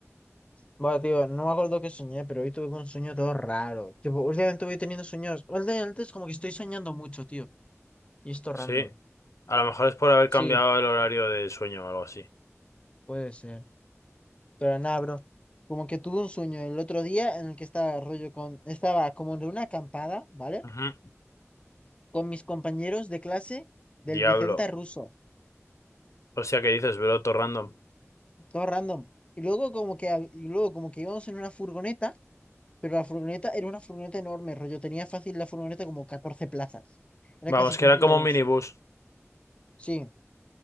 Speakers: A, on the left (about 25°); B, on the left (about 80°).
A: Bueno, tío, no me acuerdo qué soñé, pero hoy tuve un sueño todo raro. Tipo, últimamente voy teniendo sueños. Últimamente es como que estoy soñando mucho, tío. Y esto random,
B: Sí, a lo mejor es por haber
A: Sí,
B: cambiado el horario de sueño o algo así.
A: puede ser. pero nada, bro. Como que tuve un sueño el otro día en el que estaba rollo con, estaba como en una acampada, ¿vale?
B: Ujú.
A: Con mis compañeros de clase del
B: Diablo.
A: Vicente Ruso,
B: Hostia, ¿qué dices, bro? Todo random.
A: todo random. Y luego como que, hab- y luego como que íbamos en una furgoneta, pero la furgoneta era una furgoneta enorme, rollo. Tenía fácil la furgoneta como 14 plazas. Era
B: Vamos,
A: casi que
B: que
A: un
B: era
A: puto
B: como
A: bus.
B: un minibús.
A: Sí.